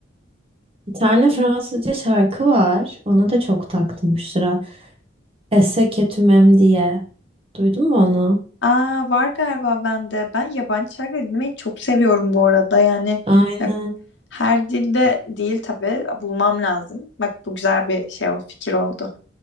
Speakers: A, on the right; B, on the left.
A: Bir tane Fransızca şarkı var. Ona da çok taktım şu sıra. Esse que tu m'aimes diye. Duydun mu onu?
B: Aa var galiba bende. Ben yabancı şarkı dinlemeyi çok seviyorum bu arada. Yani
A: Aynen.
B: Her dilde değil tabii. Bulmam lazım. Bak bu güzel bir şey oldu, fikir oldu.